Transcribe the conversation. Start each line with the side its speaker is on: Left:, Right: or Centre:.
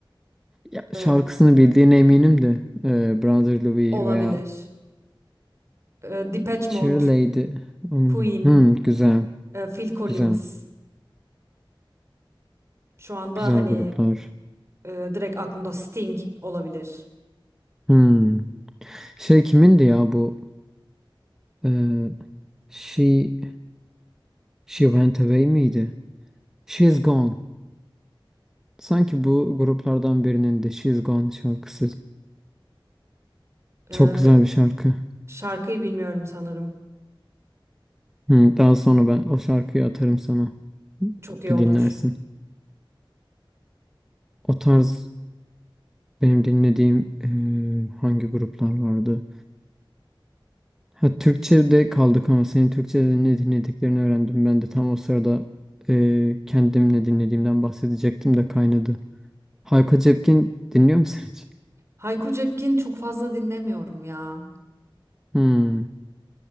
Centre: Ya,
Right: Ee,
Centre: şarkısını bildiğine eminim de ee, Brother Louis
Right: olabilir.
Centre: veya
Right: Ee, Depeche
Centre: Cherry
Right: Mode,
Centre: Lady. onun-
Right: Queen,
Centre: Hmm, güzel,
Right: e, Phil Collins.
Centre: güzel,
Right: Şu anda
Centre: güzel
Right: hani
Centre: gruplar.
Right: e, direkt aklımda Sting olabilir.
Centre: Hmm. Şey kimindi ya bu? e, She she went away miydi? She's gone. Sanki bu gruplardan birinin de She's gone şarkısı
Right: Ee,
Centre: çok güzel bir şarkı.
Right: şarkıyı bilmiyorum sanırım.
Centre: Hı, daha sonra ben o şarkıyı atarım sana.
Right: Çok iyi
Centre: Bir
Right: olur.
Centre: dinlersin. O tarz benim dinlediğim eee, hangi gruplar vardı? Ha Türkçe'de kaldık ama senin Türkçe'de ne dinlediklerini öğrendim. Ben de tam o sırada eee kendim ne dinlediğimden bahsedecektim de kaynadı. Hayko Cepkin dinliyor musun hiç?
Right: Hayko Cepkin çok fazla dinlemiyorum ya.
Centre: Hmm,